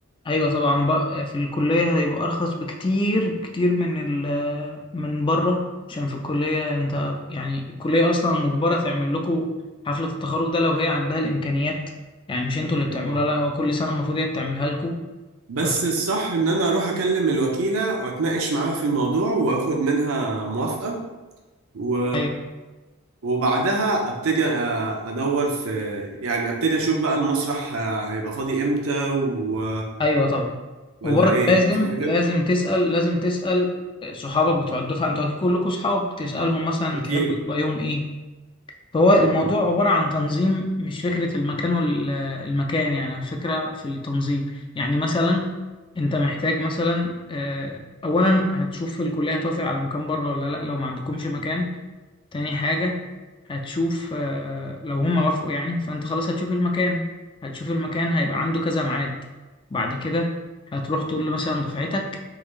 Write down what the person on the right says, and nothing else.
يعني
بس
الصح ان انا اروح اكلم الوكيلة واتناقش معاها في الموضوع واخد منها موافقة و...
وبعدها ابتدي أ- ادور في يعني ابتدي اشوف بقى المسرح ه- هيبقى فاضي امتى و...
ولا
ايه
صح
كده؟
أكيد